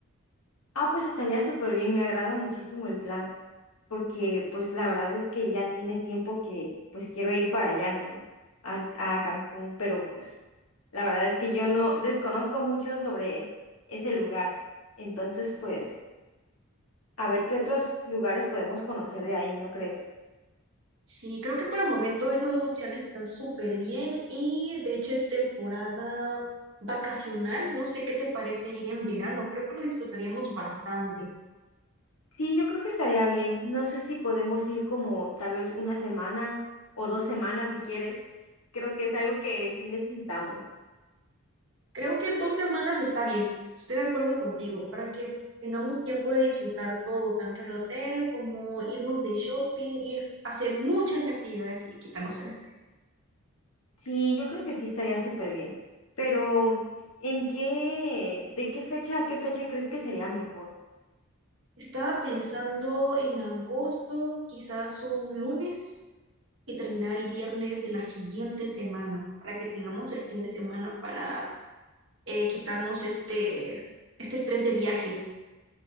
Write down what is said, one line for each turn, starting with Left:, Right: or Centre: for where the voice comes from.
Left: Ah, pues estaría súper bien, me agrada muchísimo el plan, porque pues la verdad es que ya tiene tiempo que pues quiero ir para allá, ¿no? A, a Cancún, pero pues la verdad es que yo no desconozco mucho sobre ese lugar. Entonces, pues, a ver qué otros lugares podemos conocer de ahí, ¿no crees?
Right: Sí, creo que por el momento esas dos opciones están súper bien y de hecho es temporada vacacional. No sé qué te parece ir en verano, creo que lo disfrutaríamos bastante.
Left: Sí, yo creo que estaría bien. No sé si podemos ir como tal vez una semana o dos semanas si quieres. Creo que es algo que sí necesitamos.
Right: Creo que dos semanas está bien, estoy de acuerdo contigo, para que tengamos tiempo de disfrutar todo, tanto el hotel como irnos de shopping, ir a hacer muchas actividades y quitarnos el estrés.
Left: Sí, yo creo que sí estaría súper bien. Pero, ¿en qué, de qué fecha a qué fecha crees que sería mejor?
Right: Estaba pensando en agosto, quizás un lunes y terminar el viernes de la siguiente semana, para que tengamos el fin de semana para eh, quitarnos este, este estrés de viaje.